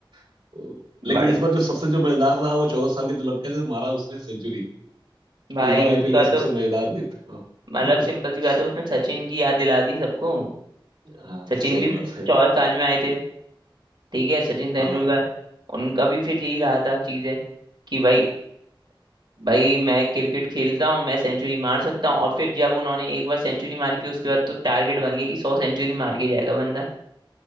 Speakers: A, on the right; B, on the right.
A: तो, लेकिन
B: बड़े
A: इस बार जो सबसे जो मजेदार रहा वो चौदह साल के जो लड़का है, जो मारा उसने सेंचुरी
B: भाई
A: इस बार आईपीएल
B: उसका
A: का सबसे
B: तो
A: मजेदार दिन था
B: मतलब
A: <laughs>
B: सिंपल सी बात है उसने सचिन की याद दिला दी सबको
A: हाँ
B: सचिन
A: सही
B: भी
A: बात है
B: चौदह साल में आए थे ठीक है सचिन तेंदुलकर
A: हाँ
B: उनका भी फिर यही रहा था चीजें कि भाई भाई मैं क्रिकेट खेलता हूँ मैं सेंचुरी मार सकता हूँ और फिर जब उन्होंने एक बार सेंचुरी मारी फिर उसके बाद तो टारगेट बन गया कि सौ सेंचुरी मार के जाएगा बंदा